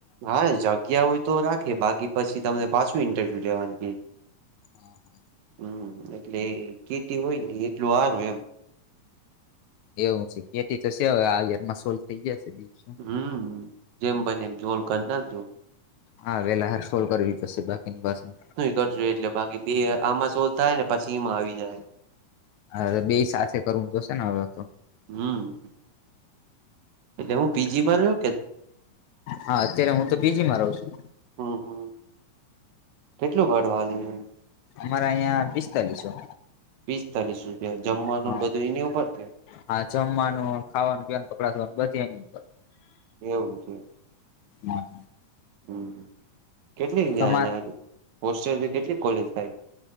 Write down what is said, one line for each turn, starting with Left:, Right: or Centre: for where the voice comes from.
Right: હા જગ્યા હોય તો રાખે બાકી પછી તમને પાછું ઇન્ટરવ્યુ લેવાનું કે.
Left: હા હા.
Right: હમ એટલે કેતી હોય ને એટલું હારું એમ.
Left: એવું છે કેટી તો છેવે આ યર માં સોલ્ થઈ ગયા છે બીજું શું.
Right: હમ જેમ બને એમ જોલ કરી નાખજો.
Left: હા વેલા હાર સોલ કરવી પડશે બાકીની બાસુ
Right: કરજ એટલે બાકી બે આમાં શોધથાય ને પછી એમાં આવી જાય.
Left: હારવે બે સાથે કરવું જોશે ને હવે તો.
Right: હમ. એટલે હું પીજી મારયો
Left: હા અત્યારે હું તો પીજીમાં રહું છું.
Right: હમ હમ કેટલું ભાડું હાલે યાનું.
Left: અમારા અહિયાં પિસ્તાલીસો.
Right: પિસ્તાલીસ રૂપિયા જમવાનું
Left: હા
Right: બધું એની ઉપર કે.
Left: હા જમવાનું ખાવાનું પીવાનું કપડા ધોવાનું બધી એની ઉપર.
Right: એવું છે.
Left: હ.
Right: હમ હમ કેટલી ન્યા
Left: તમાર
Right: ન્યા હોસ્ટેલ થી કેટલી કોલેજ થાય.